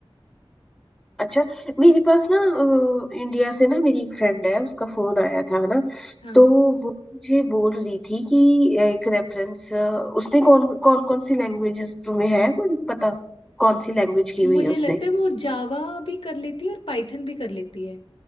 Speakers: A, in the centre; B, on the left.
A: अच्छा मेरे पास ना अ, इंडिया से ना मेरी एक फ्रेंड है उसका फोन आया था है ना
B: हाँ
A: तो वो मुझे बोल रही थी कि एक रेफरेंस उसने कौन कौन कौन सी लैंग्वेजेस तुम्हें है कोई पता कौन सी लैंग्वेज की
B: मुझे
A: हुई है उसने
B: लगता है वो जावा भी कर लेती है और पाइथन भी कर लेती है